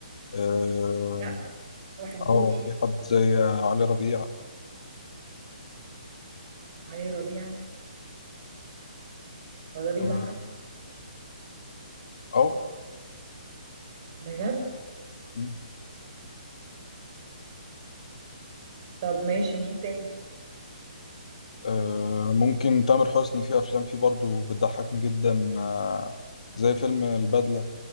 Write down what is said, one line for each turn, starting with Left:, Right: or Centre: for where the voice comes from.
Left: آه،
Right: بجد ما بحبوش
Left: اه في حد زي علي ربيع
Right: علي ربيع هو ده بيضحك
Left: اه أو،
Right: بجد
Left: مم.
Right: طب ماشي مين تاني
Left: آه، ممكن تامر حسني في افلام فيه برضو بتضحكني جدا آه، زي فيلم البدلة